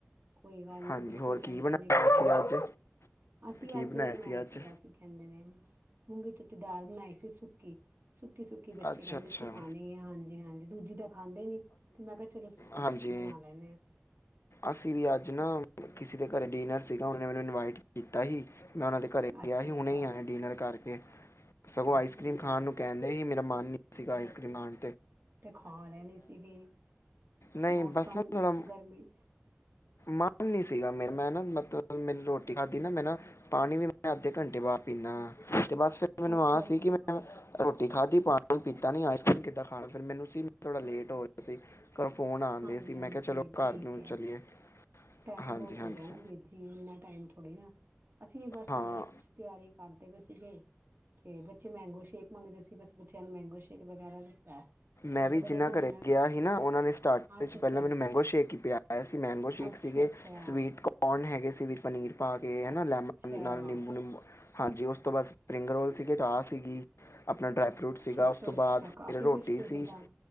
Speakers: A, on the right; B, on the left.
A: ਕੋਈ ਗੱਲ ਨਹੀਂ
B: ਹਾਂਜੀ
A: ਬਿਲਕੁਲ
B: ਹੋਰ
A: ਟੈਸ਼ਨ
B: ਕੀ ਬਣਾਇਆ
A: ਦੀ ਗੱਲ ਨੀ
B: ਸੀ
A: ਹੈ
B: ਅੱਜ
A: ਅਸੀਂ
B: ਕੀ
A: ਅੱਜ ਉਹ ਬਣਾਇਆ
B: ਸੀ ਅੱਜ
A: ਸੀਗਾ ਕੀ ਕਹਿੰਦੇ ਨੇ ਮੂੰਗੀ ਤੋਂ ਦਾਲ ਬਣਾਈ ਸੀ ਸੁੱਕੀ ਸੁੱਕੀ ਸੁੱਕੀ ਸੁੱਕੀ ਬੱਚੇ
B: ਅੱਛਾ
A: ਕਹਿੰਦੇ
B: ਅੱਛਾ
A: ਸੀ ਖਾਣੇ ਆ ਹਾਂਜੀ ਹਾਂਜੀ ਦੂਜੀ ਤਾਂ ਖਾਂਦੇ ਨੀ ਤੇ ਮੈਂ ਕਿਹਾ ਚਲੋ ਸੁੱਕੀ
B: ਹਾਂਜੀ
A: ਸੁੱਕੀ ਬਣਾ ਲੈਂੇ ਆਾਂ
B: ਅਸੀਂ ਵੀ ਅੱਜ ਨਾ ਕਿਸੇ ਦੇ ਘਰੇ ਡਿਨਰ ਸੀਗਾ ਉਹਨੇ ਮੈਨੂੰ ਇਨਵਾਈਟ ਕੀਤਾ ਸੀ ਮੈਂ ਉਹਨਾਂ ਦੇ ਘਰੇ
A: ਅੱਛਾ
B: ਗਿਆ ਸੀ
A: ਅੱਛਾ
B: ਹੁਣੇ ਹੀ ਆਏ ਡਿਨਰ ਕਰਕੇ ਸਗੋਂ
A: ਅੱਛਾ
B: ਆਈਸ ਕਰ੍ਰੀਮ
A: ਅੱਛਾ
B: ਖਾਣ ਨੂੰ ਕਹਿੰਦੇ ਹੀ ਮੇਰਾ ਮਨ ਨਹੀਂ ਸੀਂਗਾ ਆਈਸ ਕਰ੍ਰੀਮ ਆਉਣ
A: ਤੇ ਖਾ ਲੈਣੀ ਸੀਗੀ
B: ਨਹੀਂ
A: ਮੌਸਮ
B: ਬਸ ਨਾ ਥੋੜਾ
A: ਗਰਮੀ
B: ਮਨ ਨੀ ਸੀਗਾ ਮੇ ਮੈਂ ਨਾ ਮਤਲਬ ਮ ਰੋਟੀ ਖਾਧੀ ਨਾ ਮੈਂ ਨਾ ਪਾਣੀ ਵੀ ਮੈਂ ਅੱਧੇ ਘੰਟੇ ਬਾਅਦ ਪੀਨਾ। ਤੇ ਬਸ ਫਿਰ ਮੈਨੂੰ
A: ਅੱਛਾ
B: ਆ ਸੀ
A: ਅੱਛਾ
B: ਕਿ ਮੈਂ ਰੋਟੀ ਖਾਧੀ ਪਾਣੀ ਪੀਤਾ ਨ ਆਈਸ ਕਰ੍ਰੀਮ ਕਿੱਦਾਂ ਖਾਣਾ ਫਿਰ ਮੈਨੂੰ ਸੀ ਥੋੜ੍ਹਾ ਲੇਟ ਹੋ ਰਿਹਾ ਸੀ ਘਰ ਫੋਨ ਆਣ
A: ਹਾਂਜੀ
B: ਡੇ ਸੀ ਮੈਂ
A: ਹਾਂਜੀ
B: ਕਿਆ ਚਲੋ ਘਰ ਨੂੰ
A: <inaudible>
B: ਚੱਲੀਏ
A: ਟਾਈਮ
B: ਹਾਂਜੀ
A: ਬਹੁਤ
B: ਹਾਂਜੀ
A: ਹੋ ਗਿਆ ਨਾਂ ਵੀਰ ਜੀ, ਇੰਨਾ ਟਾਈਮ ਥੋੜ੍ਹੀ ਨਾਂ। <unintelligible> ਅਸੀਂ ਬਸ
B: ਹਾਂ
A: ਹੁਣ ਤਿਆਰੀ ਕਰਦੇ ਪਏ ਸੀਗੇ। ਤੇ ਬੱਚੇ ਮੈਂਗੋ ਸ਼ੇਕ ਮੰਗਦੇ ਸੀ ਬਸ ਬ ਚਿਆਂ ਨੂੰ ਮੈਂਗੋ ਸ਼ੇਕ ਵਗੈਰਾ ਦਿੱਤਾ। ਤੁਹਾਨੂੰ
B: ਮੈਂ ਵੀ
A: ਪਤਾ
B: ਜਿੰਨ੍ਹਾਂ
A: ਦੇਖੋ
B: ਘਰੇ
A: ਹੁਣ
B: ਗਿਆ ਹੀ ਨਾਂ, ਉਹਨਾਂ ਨੇ ਸਟਾਰਟਰ
A: ਅੱਛਾ
B: ਵਿੱਚ ਪਹਿਲਾਂ
A: ਅੱਛਾ
B: ਮੈਨੂੰ ਮੈਂਗੋ ਸ਼ੇਕ ਹੀ ਪਿਆਇਆ ਸੀ, ਮੈਂਗੋ ਸ਼ੇਕ
A: ਅੱਛਾ
B: ਸੀਗੇ
A: ਅੱਛਾ
B: ਸਵੀਟ ਕੋਰਨ ਹੈਗੇ ਸੀ ਵੀ ਪਨੀਰ ਪਾ ਕੇ ਹੈ ਨਾ
A: ਅੱਛਾ ਅੱਛਾ
B: ਲੈਮਨ ਨਾਲ ਨਿੰਬੂ ਨਿੰਬੂ ਹਾਂਜੀ ਉਸਤੋਂ ਤੋਂ ਬਸ ਸਪਰਿੰਗ ਰੋਲ ਸੀਗੇ, ਚਾਹ ਸੀਗੀ। ਆਪਣਾ ਡਰਾਈ ਫਰੂਟ ਸੀਗਾ
A: ਅੱਛਾ ਅੱਛਾ
B: ਉਸ ਤੋਂ ਬਾਅਦ
A: ਅੱਛਾ
B: ਫਿਰ
A: ਕਾਫੀ
B: ਰੋਟ
A: ਕੁਛ
B: ਰੋਟੀ
A: ਤੁਸੀਂ
B: ਸੀ
A: ਤਾਂ